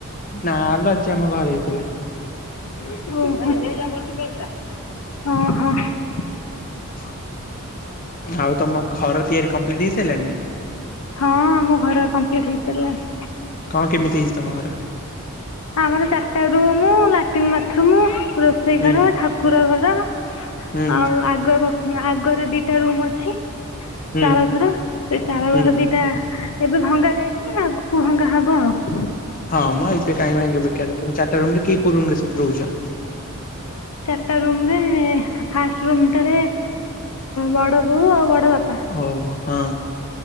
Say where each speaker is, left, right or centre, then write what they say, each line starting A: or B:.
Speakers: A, on the left; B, on the left.
A: ନା ଲୋ ଆଜି ଆମ ଘରେ ହେଇଥିଲା।
B: ଓହୋ ଓହୋ।
A: ହ ଆଉ ତମ ଘର ତିଆରି କମ୍ପ୍ଲିଟ୍ ହେଇସାଇଲାଣି ନା।
B: ହଁ ଆମ ଘର କମ୍ପ୍ଲିଟ ହେଇସାରିଲାଣି।
A: କଣ କେମିତି ହେଇଛି ତମ ଘର?
B: ଆମର ଚାରିଟା ରୁମ୍ ଲାଟିନ୍ ମାଥରୁମ ରୋଷେଇ
A: ହୁଁ
B: ଘର ଠାକୁର ଘର
A: ହୁଁ
B: ଆଉ ଆଗ ବଖ ଆଗରେ ଦିଟା ରୁମ୍ ଅଛି।
A: ହୁଁ
B: ଚାଳ ଘର ସେଇ ଚାଳ
A: ହୁଁ।
B: ଘର ଦିଟା ଏବେ ଭଙ୍ଗା ଯାଇନି ଆଗକୁ ଭଙ୍ଗା ହବ ଆଉ
A: ହଁ ମାଁ ଏବେ କାଇଁ ଭାଙ୍ଗିବେ ବେକାର ତମ ଚାରଟା ରୁମ ରେ କି କୋଉ ରୁମ ରେ ସବୁ ରହୁଛ
B: ଚାରିଟା ରୁମ ରେ ଫାଷ୍ଟ ରୁମ ଟାରେ ବଡ ବୋଉ ଆଉ ବଡ ବାପା
A: ହଉ ହଉ ହଁ